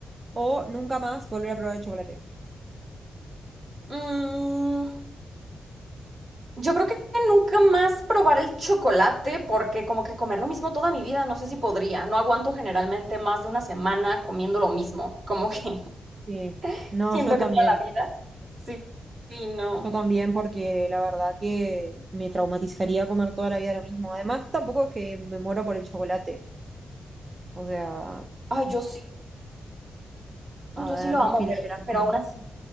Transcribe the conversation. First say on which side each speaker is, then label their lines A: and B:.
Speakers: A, on the right (about 30°); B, on the right (about 60°).
A: o nunca más volver a probar el chocolate.
B: Mm, yo creo que nunca más probar el chocolate porque como que comer lo mismo toda mi vida, no sé si podría. No aguanto generalmente más de una semana comiendo lo mismo. Como que <laughs>
A: Sí, no,
B: siento
A: yo también.
B: que toda la vida. Sí, sí, no.
A: Yo también, porque la verdad que me traumatizaría comer toda la vida lo mismo. Además, tampoco es que me muero por el chocolate. O sea,
B: Ay, yo sí.
A: a
B: Yo
A: ver
B: sí lo amo,
A: qué eligió
B: pero,
A: la
B: pero
A: gente.
B: aún así.